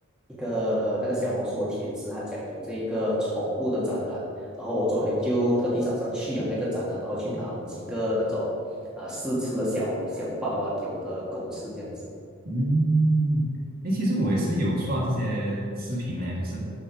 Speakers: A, in the centre; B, on the right.
A: 一个那个小红书的帖子，他讲有这个宠物的展览，然后我昨天就特地早上去了那个展览，然后去拿了几个那种啊、呃试吃的小小包啊给我的狗吃这样子，
B: 嗯，诶，其实我也是有刷这些视频嘞，就是